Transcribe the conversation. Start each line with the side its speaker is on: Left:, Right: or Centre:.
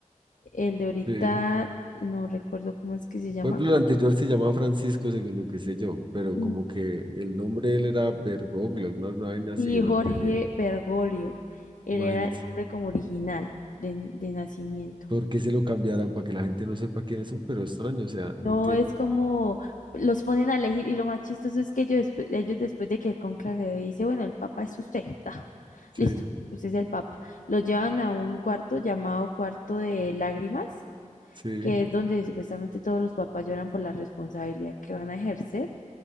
Left: El de ahorita,
Right: Sí.
Left: no recuerdo cómo es que se llama.
Right: Por ejemplo, el anterior se llamaba Francisco, según lo que sé yo, pero
Left: Mm,
Right: como que el nombre de él era Bergoglio, alguna vaina así,
Left: Sí,
Right: el
Left: Jorge
Right: anterior.
Left: Bergoglio. Él
Right: Imagínate.
Left: era el nombre como original de de nacimiento.
Right: ¿Por qué se lo cambiarán? Para que la gente no sepa quiénes son, pero extraño, o sea, no
Left: No,
Right: entiendo.
Left: es como los ponen a elegir y lo más chistoso es que ellos, despu- ellos después de que el cónclave dice, bueno, el papa es usted, ta, listo,
Right: Sí,
Left: usted es el papa. Lo llevan a un cuarto llamado cuarto de lágrimas,
Right: sí.
Left: que es donde supuestamente todos los papas lloran por la responsabilidad que van a ejercer